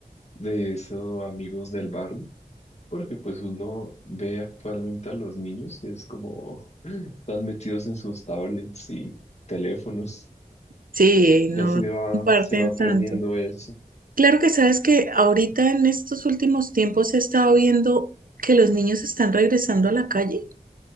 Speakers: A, on the left; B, on the right.
A: de esos amigos del barrio, porque pues uno ve actualmente a los niños y es como están metidos en sus tablets y teléfonos.
B: Sí, no
A: Ya se va,
B: comparten
A: se va
B: tanto.
A: perdiendo eso.
B: Claro que sabes que ahorita en estos últimos tiempos he estado viendo que los niños están regresando a la calle.